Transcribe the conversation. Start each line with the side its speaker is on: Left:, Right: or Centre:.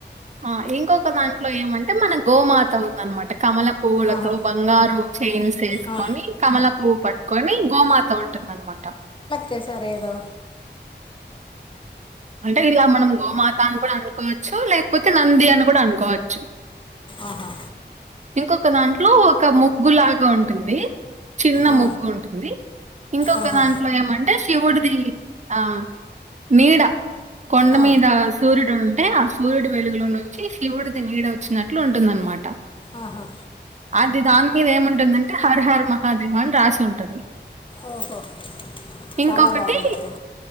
Right: ఆ ఇంకొక దాంట్లో ఏమంటే మన గోమాత ఉందనమాట కమలం పువ్వులతో
Left: ఆహా
Right: బంగారు చైన్స్ వేసుకొని
Left: ఆ,
Right: కమల పువ్వు పట్టుకొని గోమాత ఉంటుంది అనమాట
Left: చేసారు ఏదో
Right: అంటే ఇలా మనం గోమాత అని కూడా అనుకోవచ్చు లేకపోతే నంది అని కూడా అనుకోవచ్చు
Left: ఆహా
Right: ఇంకొక దాంట్లో ఒక ముగ్గులాగా ఉంటుంది చిన్న
Left: ఆ,
Right: ముగ్గు ఉంటుంది ఇంకొక
Left: ఆహా
Right: దాంట్లో ఏమంటే శివుడిది ఆ నీడ కొండ
Left: ఆ,
Right: మీద సూర్యుడు ఉంటే ముర్యుడు వెలుగులో నుంచి శివుడిది నీడ వచ్చినట్లు ఉంటుంది ఆన్నమాట
Left: ఆహా
Right: అది దాని మీద ఏముంటుందంటే హర్ హర్ మహాదేవ అని రాసి ఉంటది
Left: ఓహో
Right: ఇంకొకటి
Left: చాలా బాగుంది అయితే